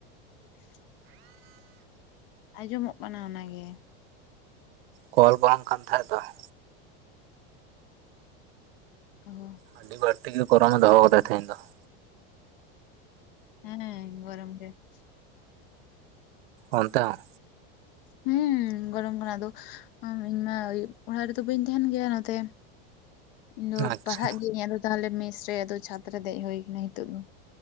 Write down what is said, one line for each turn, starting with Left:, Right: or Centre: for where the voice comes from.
Left: <inaudible> ᱟᱸᱡᱚᱢᱚᱜ ᱠᱟᱱᱟ ᱚᱱᱟᱜ ᱜᱮ ᱾
Right: ᱠᱚᱞ ᱵᱟᱝ ᱠᱟᱱ ᱛᱟᱦᱮᱸᱫ ᱛᱚ ᱾
Left: ᱚᱻ
Right: ᱟᱹᱰᱤ ᱵᱟᱹᱲᱛᱤ ᱜᱮ ᱜᱚᱨᱚᱢᱮ ᱫᱚᱦᱚ ᱠᱟᱫᱟ ᱛᱮᱦᱮᱧ ᱫᱚ ᱾
Left: ᱦᱮᱸ ᱜᱚᱨᱚᱢ ᱜᱮ ᱾
Right: ᱚᱱᱛᱮ ᱦᱚᱸ?
Left: ᱦᱩᱸ ᱜᱚᱨᱚᱢ ᱠᱟᱱᱟ ᱟᱫᱚ ᱤᱧ ᱢᱟ ᱟᱭᱩᱵ ᱚᱲᱟᱜ ᱨᱮᱫᱚ ᱵᱟᱹᱧ ᱛᱟᱦᱮᱱ ᱜᱮᱭᱟ ᱱᱚᱛᱮ ᱤᱧ ᱫᱚ
Right: ᱟᱪᱪᱷᱟ
Left: ᱯᱟᱲᱦᱟᱜ ᱜᱤᱭᱟᱹᱧ ᱟᱫᱚ ᱛᱟᱦᱚᱞᱮ ᱢᱮᱥ ᱨᱮ ᱟᱫᱚ ᱪᱷᱟᱫᱽ ᱨᱮ ᱫᱮᱡ ᱦᱚᱭ ᱠᱟᱱᱟ ᱦᱤᱛᱚᱜ ᱫᱚ ᱾